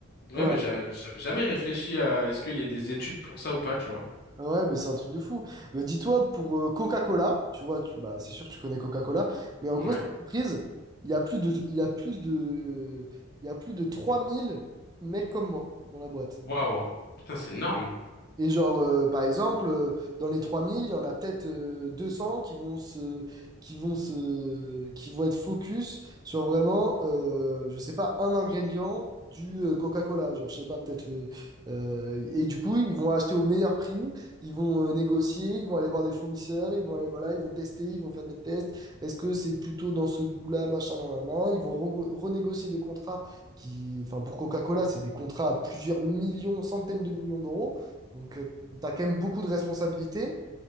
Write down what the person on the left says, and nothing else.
ouais
mais j'a- j'avais jamais réfléchi à est-ce qu'il y a des études pour ça ou pas, tu vois.
Ouais.
Waouh. Putain, c'est énorme.